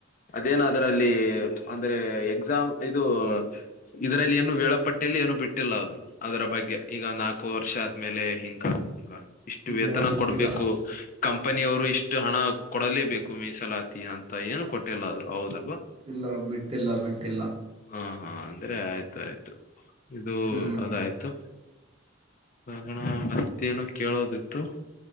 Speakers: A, on the left (about 45°); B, on the right (about 30°).
A: ಅದೇನ ಅದ್ರಲ್ಲಿ ಅಂದ್ರೆ. ಎಕ್ಸಾಮ್ ಇದು. ಇದರಲ್ಲಿ ಏನು ವೇಳಾಪಟ್ಟಿಯಲ್ಲಿ ಏನು ಬಿಟ್ಟಿಲ್ಲ ಅದು. ಅದರ ಬಗ್ಗೆ ಈಗ ನಾಲ್ಕು ವರ್ಷ ಆದ್ಮೇಲೆ ಹಿಂಗ ಹಂಗ ಹ.
B: ಇಲ್ಲ
A: ವೇತನ
B: ಬಿಟ್ಟಿಲ್ಲ
A: ಕೊಡ್ಬೇಕು ಕಂ ಕಂಪನಿಯವರು ಇಷ್ಟು ಹಣ ಕೊಡಲೇಬೇಕು ಮೀಸಲಾತಿ ಅಂತ ಏನು ಕೊಟ್ಟಿಲ್ಲಾ ಅವ್ರ ಹೌದ.
B: ಇಲ್ಲ ಬಿಟ್ಟಲ್ಲ ಬಿಟ್ಟ. ತಿಲ್ಲ
A: ಹಾ ಹಾ ಅಂದ್ರೆ ಆಯ್ತು ಆಯ್ತು. ಇದು
B: ಹ್ಮ್
A: ಅದಾಯ್ತು. ಹಣ ಅತಿ ಏನೋ ಕೇಳೋದಿತ್ತು.